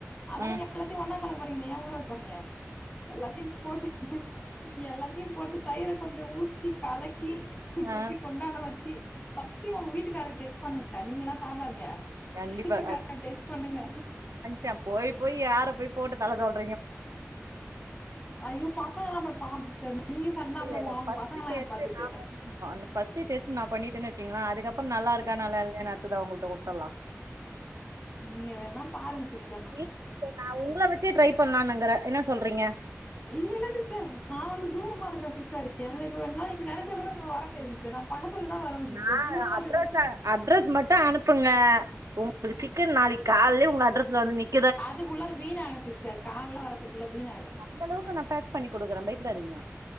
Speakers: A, on the left; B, on the right.
A: அதா
B: ம்
A: நீங்க எல்லாத்தையு ஒன்னா கலக்க போறீகலே ஏ ஊர வக் பாறங்க எல்லாத்தையு போட்டு எல்லாத்தையு போட்டு தயிரை கொஞ்ச ஊத்தி கலக்கி தூக்கி
B: ஆ
A: கொண்டானம் வச்சு பர்ஸ்ட் உங்க வீட்டுக்காரரு டெஸ்ட் பண்ணுங்க நீங்கல்லா சாப்பிடாதீங்க
B: கண்டிப்பா
A: வீட்டுக்கரருக்கு டெஸ்ட் பண்ணுங்க
B: ச போய் போய் யார போய் போட்டு தள்ள சொல்ற
A: ஐயோ பசங்கல்லா அப்போ பாவம்சிஸ்டர் நீங்க சாப்னா அப்புற
B: இல்ல இல்ல
A: உங்க
B: ஃபர்ஸ்ட்
A: பசங்க யார்
B: டேஸ்ட்டே
A: பாத்துட்டு
B: நா பண்ணனு ஃபர்ஸ்ட் டேஸ்ட் நா பண்ணிட்டேனா வச்சுக்ங்கலே அதுக்கப்புற நல்லாஇருக்கா நல்லா இல்ல நா அதுக்கப்புற உத்தலா
A: நீங்க வேணா பாருங்க சிஸ்
B: <unintelligible> நா உங்கள வச்சே ட்ரை பண்ணலா என்ன சொல்றீங்க
A: இல்ல இல்ல சிஸ்டர் நா வந்து தூரமா இருக்கிற சிஸ்டர் இப்ப என்னா இப்ப நினைச்சா கூட அங்க வர முடியா சிஸ்டர் நா பக்க அல தா வரும் சிஸ்டர்
B: நா
A: தூரமா
B: அட்ரஸ்
A: இருக்குற
B: அட்ரஸ் மட்டு அனுப்புங்க உங்களுக்கு சிக்கன் நாளைக்கு காலைல உங்க அட்ரஸ்ல வந்து நிக்
A: அதுக்குள்ள வீணாகிடு சிஸ்டர் காலையில வர்ரதுக்குள்ள வீணா ஆயிடு
B: இந்த அளவுக்கு நா பேக் பண்ணி கொடுக்குற பயப்படாதீங்க